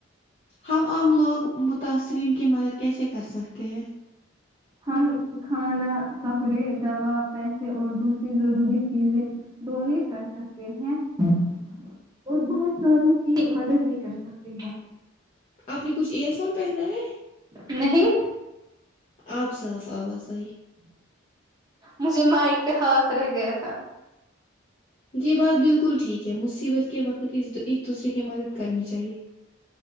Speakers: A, on the left (about 35°); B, on the right (about 20°).
A: ہم عام لوگ متاثرین کی مدد کیسے کر سکتے ہیں
B: ہم کھانا کپڑے دوا پیسے اور دوسری ضروری چیزیں ڈونیٹ کر سکتے ہیں اور بہت ساروں کی مدد بھی کر سکتے ہیں
A: آپ نے کچھ ایئر فون پہنا ہے
B: نہیں
A: آپ صاف آواز آئی
B: مجھے مائک پہ ہاتھ رہ گیا تھا
A: یہ بات بالکل ٹھیک ہے مصیبت کے وقت اس ایک دوسرے کی مدد کرنی چاہیے